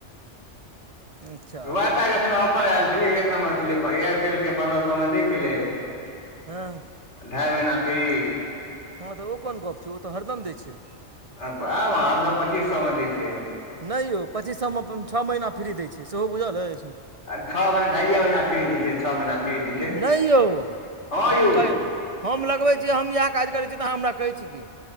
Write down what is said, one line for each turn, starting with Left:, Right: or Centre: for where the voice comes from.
Right: अच्छा
Left: वाइफाइके एखन ऑफर एल छलैय एक नम्बर छलै एयरटेलके पन्द्रह सौ में दै छलैय।
Right: हँ।
Left: ढाई महिना फ्री।
Right: हँ तऽ ओ कोन गप छैय? ओ तऽ हरदम दैय छैय।
Left: आब आब त पच्चीस सौ मे दैय छैय।
Right: नहि यौ पचीस सौ मे छ महीना फ्री दैय छैय। सेहो बुझल अछि?
Left: अ छमे म ढाइए महीना फ्री दैय छय छ महीना फ्री दैय छय
Right: नहि यौ
Left: हँ
Right: हम
Left: यौ।
Right: कह हम लगबैय छी, हम इएह काज करै छी तऽ अहाँ हमरा कहै छी की?